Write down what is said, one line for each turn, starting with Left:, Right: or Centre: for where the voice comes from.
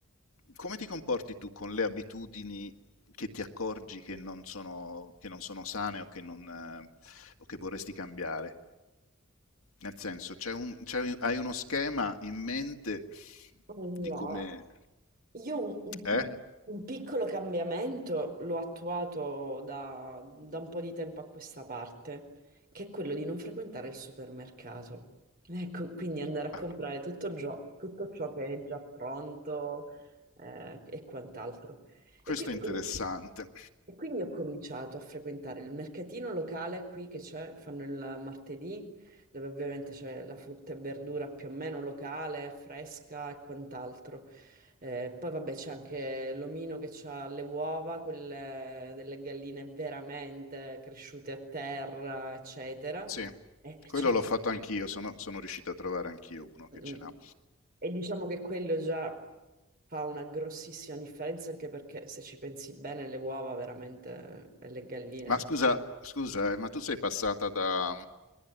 Left: come ti comporti tu con le abitudini che ti accorgi che non sono, che non sono sane o che non, eh, o che vorresti cambiare? Nel senso, c'è un, c'è- hai uno schema in mente
Right: Allora,
Left: di come...
Right: Io un, un
Left: Eh?
Right: pi- un piccolo cambiamento l'ho attuato da, da un po' di tempo a questa parte, che è quello di non frequentare il supermercato. Ecco, quindi andare a comprare
Left: Ah,
Right: tutto ciò, tutto ciò che è già pronto, eh, e quant'altro. E
Left: questo
Right: quindi,
Left: è interessante.
Right: e quindi ho cominciato a frequentare il mercatino locale qui che c'è, fanno il martedì, dove ovviamente c'è la frutta e verdura più o meno locale, fresca e quant'altro. Eh, poi vabbè c'è anche l'omino che ha le uova, quelle delle galline veramente cresciute a terra, eccetera.
Left: Sì,
Right: E,
Left: quello
Right: cioè,
Left: l'ho fatto anch'io, sono, sono riuscito a trovare anch'io uno che
Right: mm,
Left: ce l'ha.
Right: e diciamo che quello già fa una grossissima differenza anche perché se ci pensi bene le uova veramente e le galline
Left: Ma scusa, scusa, eh, ma tu sei passata da...